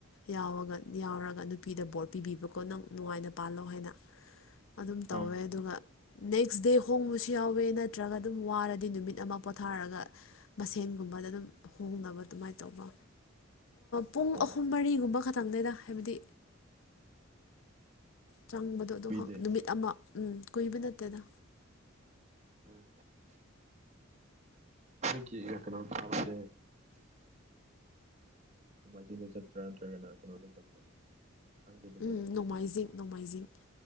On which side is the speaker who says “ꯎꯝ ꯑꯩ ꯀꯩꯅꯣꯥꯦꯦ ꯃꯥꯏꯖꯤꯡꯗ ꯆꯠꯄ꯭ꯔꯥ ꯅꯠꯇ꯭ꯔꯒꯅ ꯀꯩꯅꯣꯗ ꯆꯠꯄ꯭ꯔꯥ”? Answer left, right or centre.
Right